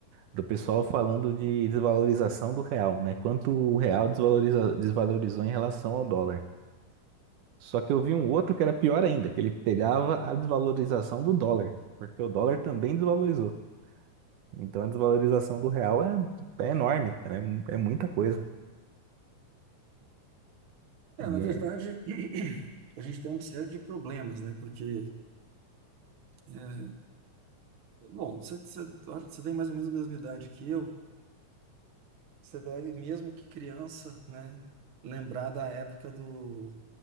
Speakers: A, on the right; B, on the right.
A: do pessoal falando de desvalorização do real, né? Quanto o real desvaloriza, desvalorizou em relação ao dólar. Só que eu vi um outro que era pior ainda, que ele pegava a desvalorização do dólar, porque o dólar também desvalorizou. Então a desvalorização do real é, é enorme, cara, é, mu- é muita coisa.
B: É,
A: E
B: na verdade,
A: é-
B: <clears throat> a gente tem uma série de problemas, né? Porque, é, bom, você, você, eu acho que você tem mais ou menos a mesma idade que eu. Você deve, mesmo que criança, né? Lembrar da época do